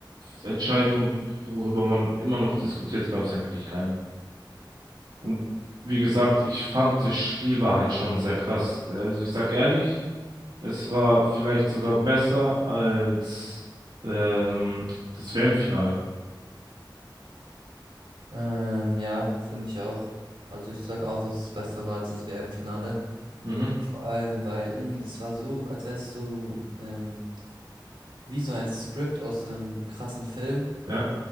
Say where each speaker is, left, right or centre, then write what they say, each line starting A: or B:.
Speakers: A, on the right; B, on the right.
A: Entscheidungen, worüber man immer noch diskutiert, gab es eigentlich keine. Und wie gesagt, ich fand, das Spiel war halt schon sehr krass. Also ich sag ehrlich, es war vielleicht sogar besser als ähm, das WM-Finale.
B: ähm, ja, finde ich auch. Also ich sag auch, dass es besser war als das WM-Finale.
A: Mhm.
B: Vor allem, weil irgendwie das war so, als wärst du ähm, wie so ein Skript aus einem krassen Film.
A: Ja,